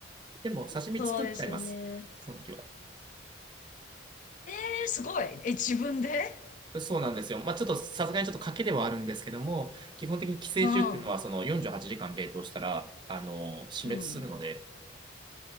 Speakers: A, on the right (about 25°); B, on the left (about 40°).
A: でも、刺身作っちゃいます。
B: そうですよね。
A: その時は。
B: えーすごい。え、自分で
A: そうなんですよ。まあ、ちょっとさすがにちょっと賭けではあるんですけども、基本的に寄生虫っていうのはその48時間冷凍したら、
B: うん。
A: あの、死滅するので、
B: うん。